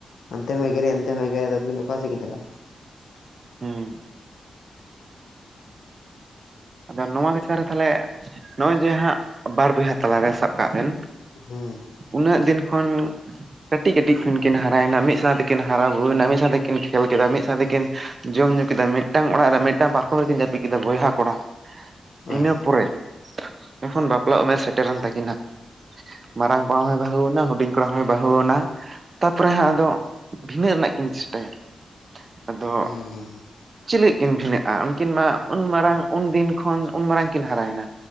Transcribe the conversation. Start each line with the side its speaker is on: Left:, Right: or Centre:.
Left: ᱟᱱᱛᱮᱢ ᱮᱜᱮᱨᱮᱭᱟ ᱮᱱᱛᱮ ᱦᱚᱸ ᱟᱫᱚᱠᱤᱱ ᱚᱠᱟ ᱥᱮᱫᱠᱤᱱ ᱪᱟᱜᱼᱟ
Right: ᱦᱮᱸ ᱟᱫᱚ ᱱᱚᱣᱟ ᱠᱟᱪᱷᱟ ᱨᱮ ᱛᱟᱦᱚᱞᱮ ᱱᱚᱜᱼᱚᱭ ᱡᱮ ᱦᱟᱸᱜ ᱵᱟᱨ ᱵᱚᱭᱦᱟ ᱛᱟᱞᱟᱨᱮ ᱥᱟᱵ ᱠᱟᱜ ᱵᱮᱱ
Left: ᱦᱮᱸ
Right: ᱩᱱᱟᱹᱜ ᱫᱤᱱ ᱠᱷᱚᱱ ᱠᱟᱹᱴᱤᱡ ᱠᱟᱹᱴᱤᱡ ᱠᱷᱚᱱ ᱠᱤᱱ ᱦᱟᱨᱟᱭᱮᱱᱟ ᱢᱤᱫ ᱥᱟᱶ ᱛᱮᱠᱤᱱ ᱦᱟᱨᱟ ᱵᱩᱨᱩᱭᱱᱟ ᱢᱤᱫ ᱥᱟᱶ ᱛᱮᱠᱤᱱ ᱠᱷᱮᱞ ᱠᱮᱫᱟ ᱢᱤᱫ ᱥᱟᱶ ᱛᱮᱠᱤᱱ ᱡᱚᱢ ᱧᱩ ᱠᱮᱫᱟ ᱢᱤᱫᱴᱟᱝ ᱚᱲᱟᱜ ᱨᱮ ᱢᱤᱫᱴᱟᱝ ᱯᱟᱨᱠᱷᱚᱢ ᱨᱮᱠᱤᱱ ᱡᱟᱹᱯᱤᱫ ᱠᱮᱫᱟ ᱵᱚᱭᱦᱟ ᱠᱚᱲᱟ
Left: ᱦᱳᱭ
Right: ᱤᱱᱟᱹ ᱯᱚᱨᱮ ᱮᱠᱷᱚᱱ ᱵᱟᱯᱞᱟ ᱩᱢᱮᱨ ᱥᱮᱴᱮᱨᱮᱱ ᱛᱟᱹᱠᱤᱱᱟ ᱢᱟᱨᱟᱝ ᱠᱚᱲᱟ ᱦᱚᱭ ᱵᱟᱹᱦᱩᱱᱟ ᱦᱩᱰᱤᱧ ᱠᱚᱲᱟ ᱦᱚᱭ ᱵᱟᱹᱦᱩᱱᱟ ᱛᱟᱨᱯᱚᱨᱮ ᱦᱟᱸᱜ ᱟᱫᱚ ᱵᱷᱤᱱᱟᱹᱜ ᱨᱮᱱᱟᱜ ᱠᱤᱱ ᱪᱮᱥᱴᱟᱭᱟ ᱟᱫᱚ
Left: ᱦᱮᱸ ᱦᱮᱸ
Right: ᱪᱤᱞ ᱞᱟᱹᱜᱤᱫ ᱠᱤᱱ ᱵᱷᱤᱱᱟᱹᱜᱼᱟ ᱩᱱᱠᱤᱱ ᱢᱟ ᱩᱱ ᱢᱟᱨᱟᱝ ᱩᱱ ᱠᱷᱚᱱ ᱩᱱ ᱢᱟᱨᱟᱝ ᱠᱤᱱ ᱦᱟᱨᱟᱭᱮᱱᱟ